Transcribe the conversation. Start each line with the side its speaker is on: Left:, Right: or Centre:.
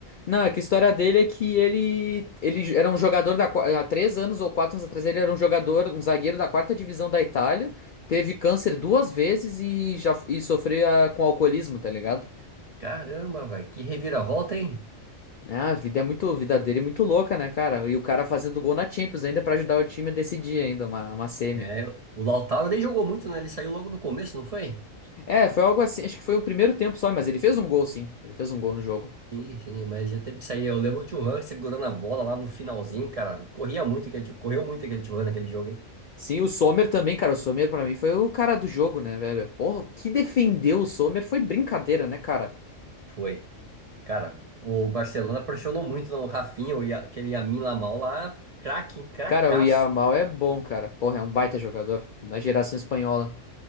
Left: Não, é que a história dele é que ele. Ele era um jogador da. qua- Há três anos ou quatro anos atrás, ele era um jogador, um zagueiro da quarta divisão da Itália. Teve câncer duas vezes e já e sofria com alcoolismo, tá ligado?
Right: Caramba, velho, que reviravolta, hein?
Left: É, a vida é muito. A vida dele é muito louca, né, cara? E o cara fazendo gol na Champions ainda pra ajudar o time a decidir ainda, uma, uma semi.
Right: É, o Lautaro nem jogou muito, né? Ele saiu logo no começo, não foi?
Left: É, foi algo assim. Acho que foi o primeiro tempo só, mas ele fez um gol, sim. Ele fez um gol no jogo.
Right: Sim, sim, mas já teve que sair. Eu lembro o Thuram segurando a bola lá no finalzinho, cara. Corria muito aquele, correu muito aquele Thuram naquele jogo, hein?
Left: Sim, o Sommer também, cara. O Sommer pra mim foi o cara do jogo, né, velho? Porra, o que defendeu o Sommer foi brincadeira, né, cara?
Right: Foi. Cara, o Barcelona pressionou muito no Rafinha, o Ya- aquele Yamin Lamal lá, craque, hein? cracaço.
Left: Cara, o Yamal é bom, cara. Porra, é um baita jogador da geração espanhola.